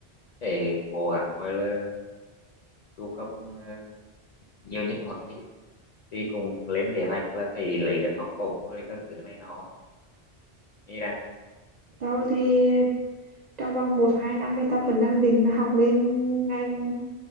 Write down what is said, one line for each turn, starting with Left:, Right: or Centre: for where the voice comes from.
Left: phải cố gắng gọi là chu cấp ờ, nhiều nhất có thể thì cùng lên kế hoạch là phải lấy được học bổng rồi các thứ này nó đi đã.
Right: Tao thì trong vòng một hai năm thì tao vẫn đang định là học lên ngành